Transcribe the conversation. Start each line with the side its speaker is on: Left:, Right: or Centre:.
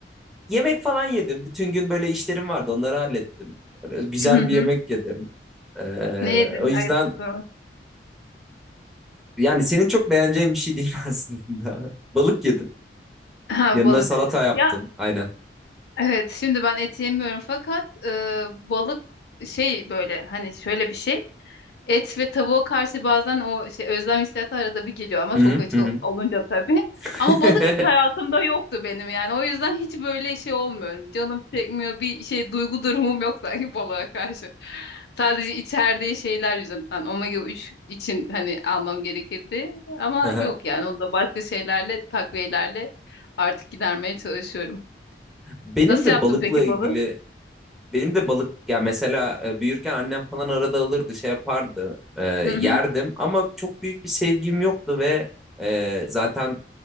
Centre: yemek falan yedim. Bütün gün böyle işlerim vardı. Onları hallettim. Böyle güzel
Left: <clears throat> Hı hı.
Centre: bir yemek yedim. E,
Left: Ne yedin?
Centre: o yüzden
Left: Ayıptır sorması.
Centre: yani senin çok beğeneceğin bir şey değil <laughs> aslında. Balık yedim.
Left: Ha,
Centre: Yanına
Left: balık.
Centre: salata yaptım.
Left: Ya
Centre: Aynen.
Left: evet şimdi ben et yemiyorum fakat e, balık şey böyle hani şöyle bir şey. Et ve tavuğa karşı bazen o şey özlem hissiyatı arada bir geliyor ama
Centre: Hı
Left: çok aç
Centre: hı hı.
Left: ol- olunca tabii.
Centre: hı.
Left: Ama balık hiç hayatımda yoktu benim yani. O yüzden hiç böyle şey olmuyorum. Canım çekmiyor bir şey duygu durumum yok sanki balığa karşı. Sadece içerdiği şeyler yüzünden. Omega 3 için hani almam gerekirdi. Ama
Centre: <laughs> Aha.
Left: yok yani onu da başka şeylerle takviyelerle artık gidermeye çalışıyorum.
Centre: Benim
Left: Nasıl
Centre: de
Left: yaptın
Centre: balıkla
Left: peki
Centre: ilgili
Left: balığı?
Centre: Benim de balık ya mesela e, büyürken annem falan arada alırdı şey yapardı e,
Left: <laughs>
Centre: yerdim ama çok büyük bir sevgim yoktu ve e, zaten